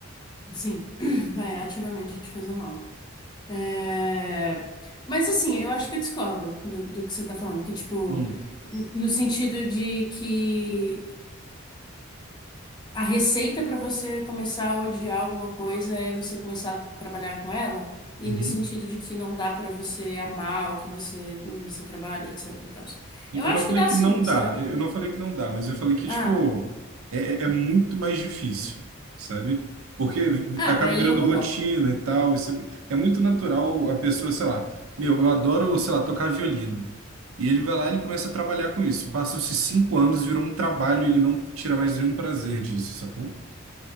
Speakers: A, on the left; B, on the right.
A: Sim, <clears throat> vai ativamente te fazer mal. É, Mas assim, eu acho que eu discordo do, do que você tá falando, que tipo,
B: Hum,
A: n- no sentido de que A receita para você começar a odiar alguma coisa é você começar a trabalhar com ela, e
B: uhum.
A: no sentido de que não dá para você amar o que você, o que você trabalha, etc e tal.
B: Eu
A: Eu acho
B: não falei
A: que dá
B: que
A: sim,
B: não dá,
A: sabe?
B: eu não falei que não dá, mas eu falei que, tipo,
A: Ah,
B: é, é é muito mais difícil, sabe? Porque
A: ah,
B: acaba
A: aí
B: virando
A: eu concordo.
B: rotina e tal. isso- é muito natural a pessoa, sei lá, meu, eu adoro, sei lá, tocar violino. E ele vai lá e ele começa a trabalhar com isso. Passam-se cinco anos, virou um trabalho e ele não tira mais nenhum prazer disso, sacou?